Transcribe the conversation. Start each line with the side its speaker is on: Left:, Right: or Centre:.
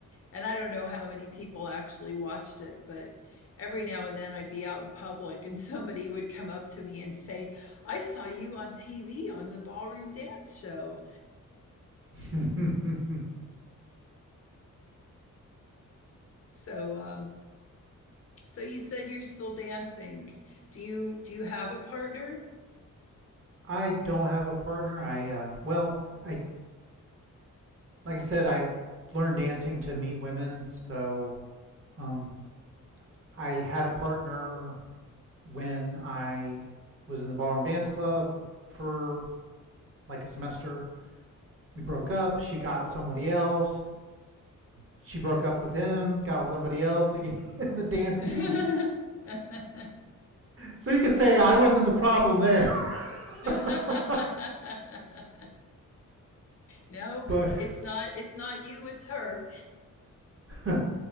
Left: And I don't know how many people actually watched it, but every now and then I'd be out in public and <laughs> somebody would come up to me and say, I saw you on TV on the ballroom dance show.
Right: <laughs>
Left: So, um, so you said you're still dancing. Do you do you have a partner?
Right: I don't have a partner. I uh well, I like I said, I learned dancing to meet women, so um I had a partner when I was in the ballroom dance club for like a semester. We broke up, she got with somebody else. She broke up with him, got with somebody else again <laughs> in the dance
Left: <laughs>
Right: team. So you could say I wasn't the problem there.
Left: <laughs>
Right: <laughs>
Left: Nope,
Right: But
Left: it's it's not it's not you, it's her.
Right: <laughs>